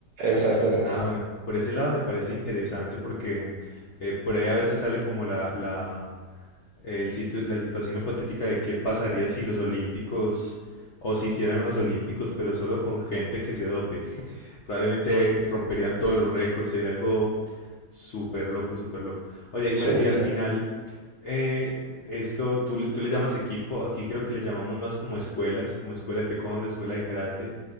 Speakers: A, on the right; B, on the left.
A: Exactamente.
B: Ah, bueno, por ese lado me parece interesante porque eh, por ahí a veces sale como la, la, el situ- la situación hipotética de qué pasaría si los olímpicos o si hicieran unos olímpicos, pero solo con gente que se dope. <laughs> Probablemente romperían todos los récords, sería algo súper loco, súper loco. Oye, y
A: Sí,
B: bueno, y
A: sí,
B: al
A: sí.
B: final, eh, esto, tú, le- tú le llamas equipo, aquí creo que le llamamos más como escuelas, como escuela de taekwondo, escuela de karate